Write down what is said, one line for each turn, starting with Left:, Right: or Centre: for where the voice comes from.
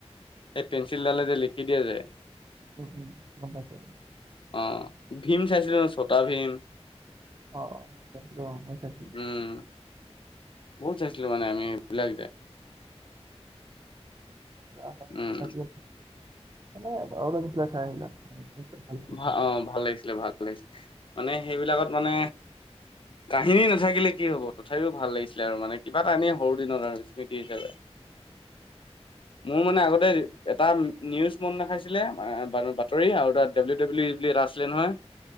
Left: এই পেঞ্চিলডালে যে লিখি দিয়ে যে।
Right: উম', উম' গম পাইছোঁ।
Left: অহ, ভীম চাইছিলোঁ ন' ছটা ভীম।
Right: অহ', অহ' মই চাইছিলোঁ অহ, মই চাইছিলোঁ।
Left: উম বহুত চাইছিলোঁ মানে আমিবিলাক যে।
Right: অহ,
Left: উম
Right: চাইছিলোঁ মানে আৰু ভালো লাগিছিল চাই সেইবিলাক। মানে ভাল লাগে
Left: ভা
Right: চাই।
Left: অহ, ভাল লাগিছিলে, ভাল লাগিছিলে, মানে সেইবিলাকত মানে কাহিনী নাথাকিলে কি হ'ব। তথাপিওঁ ভাল লাগিছিলে আৰু মানে কিবা এটা এনেই সৰু দিনত আৰু স্মৃতি হিচাপে। মোৰ মানে আগতে এটা নিউজ মন নাখাইছিলে, বা-বাতৰি আৰু এটা ডাব্লউ-ডাব্লিউ ই বুলি এটা আছিলে নহয়।